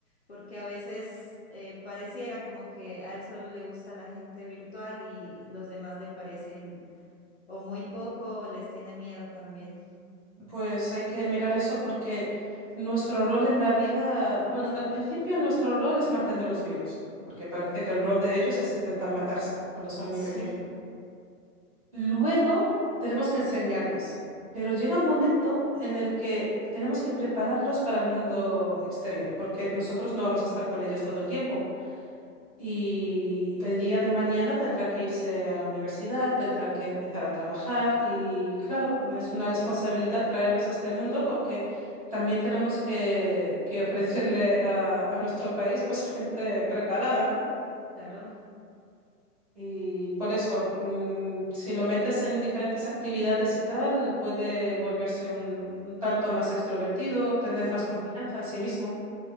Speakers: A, on the left; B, on the right.
A: porque a veces eh, pareciera como que a él solo le gusta la gente virtual y los demás le parecen o muy poco o les tiene miedo también.
B: Pues hay que mirar eso porque nuestro rol en la vida, bueno, al principio nuestro rol es mantenerlos vivos, porque parece que el rol de ellos es intentar matarse cuando son muy pequeñitos.
A: Sí,
B: Luego tenemos que enseñarles, pero llega un momento en el que tenemos que prepararlos para el mundo exterior, porque nosotros no vamos a estar con ellos todo el tiempo. Y el día de mañana tendrá que irse a la universidad, tendrá que empezar a trabajar y claro, es una responsabilidad traerlos a este mundo porque también tenemos que, que <laughs> ofrecerle a, a nuestro país pues <laughs> gente preparada, ¿no?
A: claro,
B: Y por eso, mm, si lo metes en diferentes actividades y tal, puede volverse un, un tanto más extrovertido, tener
A: sí.
B: más confianza en sí mismo.